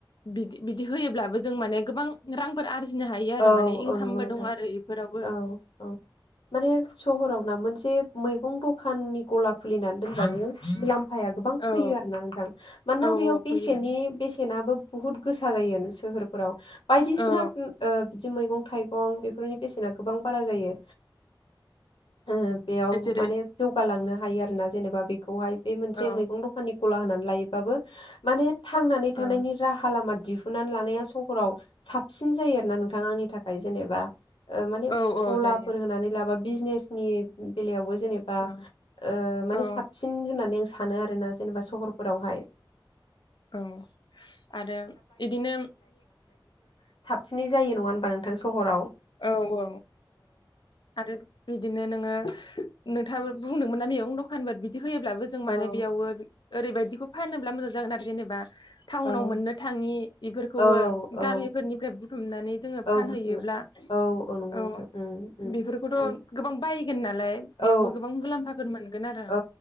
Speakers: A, on the left; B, on the left.
A: बिदि बिदि होयोब्लाबो जों माने गोबां रांफोर आरजिनो हायो आरो
B: औ
A: माने इनकामबो
B: औ नंगौ नोंथां
A: दं आरो इफोरावबो अ
B: औ औ माने सहराव ना मोनसे मैगं दखा दखाननि गला खुलिनानै दानबाबो मु आफाया गोबां फैयो
A: औ
B: आरोना नोंथां मानोना
A: औ
B: बेयाव बेसेननि
A: फैयो
B: बेसेनाबो बुहुत गोसा जायो सोहोरफोराव बायदिसिना
A: औ
B: बिदि मैगं थाइगं बेफोरनि बेसेना गोबां बारा जायो जोङो बेयाव
A: औ जेरै
B: माने जौगालांनो हायो आरोना जेनेबा बेखौहाय बे मोनसे
A: औ
B: मैगं दखाननि गला होनानै लायोबाबो मा थांनानै
A: औ
B: थानायनि राहा लामा दि हुननानै लानाया सहराव साबसिन जायो आरो ना नोंथां आंनि थाखाय जेनेबा ओ माने
A: औ औ
B: गलाफोर
A: जायो
B: होनानै लाबा बिजनेसनि बेलायावबो जेनेबा
A: औ
B: ओ माने
A: औ
B: साबसिन होननानै सानो आरोना जेनेबा सहरफोरावहाय
A: औ आरो इदिनो
B: <inaudible> बिसिनि जायो नङा होनोमबा नोंथां सहरफोराव
A: औ औ आरो बिदिनो नोङो नोंथाङाबो बुंदोंमोन ना मैगं दखान बि बिदि होयोब्लाबो जों
B: औ
A: माने बेयावबो ओरैबायदिखौ फानोब्ला मोजां जागोन आरो जेनेबा ओ टाउनाव
B: औ
A: मोननो थाङि बेफोरखौबो
B: औ औ
A: गामिफोरनिफ्राय बुथुमनानै जोङो
B: औ
A: फानहैयोब्ला
B: बुथुम औ नंगौ
A: औ
B: नोंथां उम उम
A: बेफोरखौथ'
B: माने
A: गोबां बायगोन नालाय बेयावबो
B: औ
A: गोबां मुलामफाफोर मोनगोन आरो
B: औ